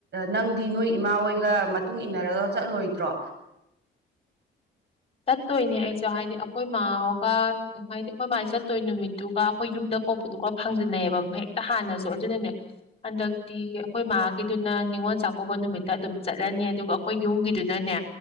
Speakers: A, on the right; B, on the left.
A: ꯅꯪꯗꯤ ꯅꯣꯏ ꯏꯃꯥ ꯍꯣꯏꯒ ꯃꯇꯨꯡ ꯏꯟꯅꯔꯒ ꯆꯠꯂꯣꯏꯗ꯭ꯔꯣ
B: ꯆꯠꯇꯣꯏꯅꯦ ꯑꯩꯁꯨꯦ ꯍꯥꯏꯗꯤ ꯑꯩꯈꯣꯏ ꯃꯥꯒ ꯍꯥꯏꯗꯤ ꯑꯩꯈꯣꯏ ꯃꯥꯁ ꯆꯠꯇꯣꯏ ꯅꯨꯃꯤꯠꯇꯨꯒ ꯑꯩꯈꯣꯏ ꯌꯨꯝꯗ ꯀꯧꯕꯗꯨꯒ ꯐꯪꯖꯟꯅꯩꯌꯦꯕ ꯍꯦꯛꯇ ꯍꯥꯟꯅꯁꯨ ꯑꯗꯨꯅꯅꯦ ꯍꯟꯗꯛꯇꯤ ꯑꯩꯈꯣꯏ ꯃꯥꯒꯤꯗꯨꯅ ꯅꯤꯉꯣꯜ ꯆꯥꯛꯀꯧꯕ ꯅꯨꯃꯤꯠꯇ ꯑꯗꯨꯝ ꯆꯠꯂꯅꯤ ꯑꯗꯨꯒ ꯑꯩꯈꯣꯏ ꯌꯨꯝꯒꯤꯗꯨꯅꯅꯦ